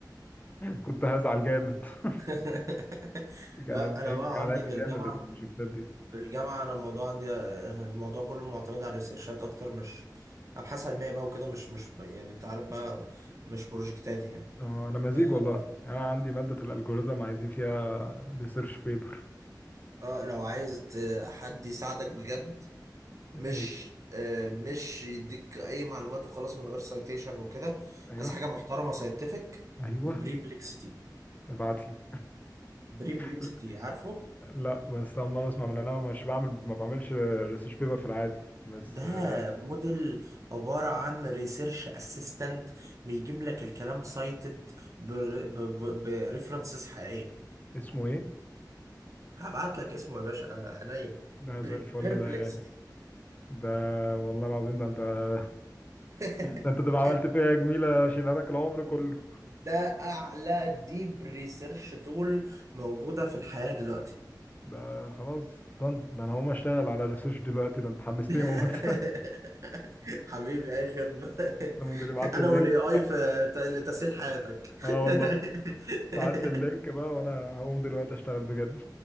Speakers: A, on the left; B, on the right.
A: <laughs> كنت هزعل جامد <laughs>
B: <laughs>
A: كان
B: لا،
A: أنا
B: انا
A: هيجي
B: بقى
A: عليا
B: عندي في
A: جامد
B: الجامعه
A: البروجكتات دي
B: في الجامعه انا الموضوع عندي الموضوع كله معتمد على الريسيرشات اكتر مش ابحاث علميه بقى وكده مش مش يعني انت عارف بقى مش بروجكتاتي يعني
A: اه انا مزيج
B: ف-
A: والله انا عندي مادة الالجوريثم عايزين فيها ريسيرش بيبر
B: اه لو عايز ت- حد يساعدك بجد مش
A: أي-
B: آه، مش يديك اي معلومات وخلاص من غير سايتيشن وكده
A: ايوه
B: عايز حاجه محترمه ساينتفك
A: ايوه
B: بريبلكسيتي
A: ابعت لي
B: بريبلكسيتي
A: <laughs>
B: عارفه
A: لا بس اول مره اسمع من انا مش بعمل ما بعملش ريسيرش بيبر في العادي بس
B: ده
A: آه،
B: موديل عبارة عن ريسيرش اسيستنت بيجيب لك الكلام سايتد بريفرنسز حقيقية
A: اسمه ايه
B: هبعت لك اسمه يا باشا آه، عينيا
A: ده زي الفل
B: بيربلكسيتي
A: ده يا غالي ده والله العظيم ده انت <laughs>
B: <laughs>
A: ده انت تبقى عملت فيها جميله اشيلها لك العمر كله
B: ده اعلى ديب ريسيرش تول موجودة في الحياة دلوقتي
A: ده خلاص done ده انا هقوم اشتغل على الريسيرش دلوقتي ده انت حمستني
B: <laughs>
A: موت <laughs>
B: حبيبي اي خدمة <laughs>
A: تسلم يا مدير ابعت
B: انا
A: لي اللينك
B: والاي اي في ت- لتسهيل حياتك <laughs>
A: اه والله ابعت لي اللينك بقى وانا هقوم دلوقتي اشتغل بجد